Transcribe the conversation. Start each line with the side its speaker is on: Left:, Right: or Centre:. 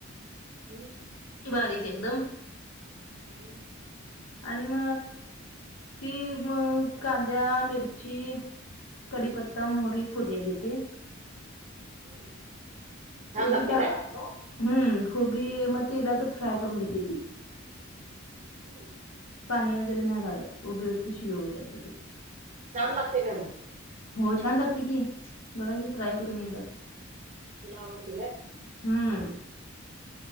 Right: हम्म.
Left: बारीक एकदम.
Right: हम्म.
Left: आणि म ती म कांद्या मिरची. कडीपत्ता मोहरी फोडणी देते.
Right: हम्म. छान
Left: कोबी
Right: लागते
Left: टाकला
Right: काय
Left: हम्म गोबी म इलाातच फ्रय करून घेते ती.
Right: हम.
Left: पाणी वगैरे नाही घालत उभेवरती शिजवून घ्याच ते.
Right: छान लागते का मग.
Left: हो छान लागते की बघा की ट्राय करून एकदा.
Right: तुला आवडते काय.
Left: हम्म.